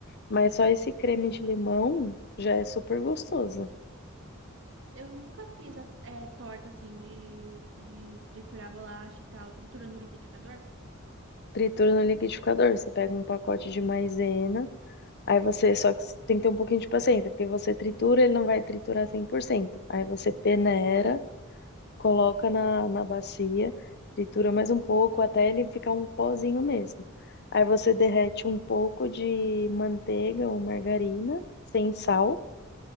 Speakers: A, on the left; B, on the right.
A: Mas só esse creme de limão já é super gostoso.
B: Eu nunca fiz a, é, torta assim de, de triturar bolacha e tal, tritura no liquidificador.
A: Tritura no liquidificador, você pega um pacote de maisena, aí você só que tem que ter um pouquinho de paciência, porque você tritura, ele não vai triturar 100%. Aí você peneira coloca na, na bacia, tritura mais um pouco até ele ficar um pozinho mesmo. Aí você derrete um pouco de manteiga ou margarina sem sal,